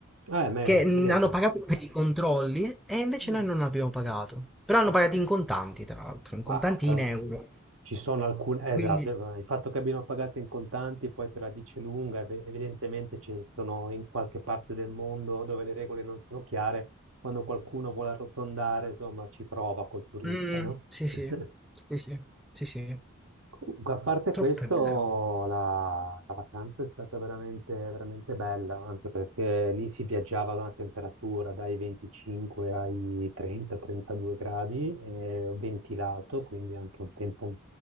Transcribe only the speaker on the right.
Eh, ma
si
vede
qua.
Mm,
ma sì.
Bah,
però.
Ci sono alcune, eh,
esatto, il fatto che abbiano pagato in contanti poi te la dice lunga, ev- evidentemente ci sono in qualche parte del mondo dove le regole non sono chiare, quando qualcuno vuole arrotondare, insomma, ci prova col turista,
no?
<laughs>
Comunque, A parte
questo,
la, la vacanza è stata veramente, veramente bella, anche perché lì si viaggiava ad una temperatura dai 25 ai 30-32 gradi, eh, ventilato, quindi anche un tempo